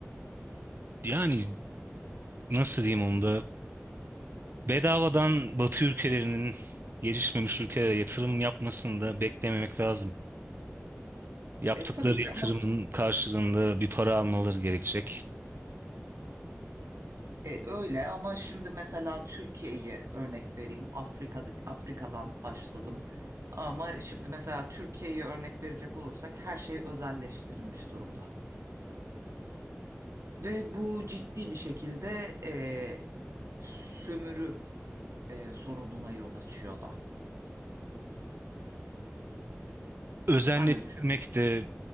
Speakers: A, on the right; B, on the right.
A: Yani nasıl diyeyim onu da? Bedavadan Batı ülkelerinin gelişmemiş ülkelere yatırım yapmasını da beklememek lazım. Yaptıkları
B: E, tabii ki
A: yatırımın
B: ama
A: karşılığında bir para almaları gerekecek.
B: e, öyle ama şimdi mesela Türkiye'yi örnek vereyim. Afrika Afrika'dan başladım. Ama şimdi mesela Türkiye'yi örnek verecek olursak her şey özelleştirilmiş durumda. Ve bu ciddi bir şekilde e, sömürü e, sorununa yol açıyor da.
A: Özelleştirmek
B: Sen ne düşünüyorsun?
A: de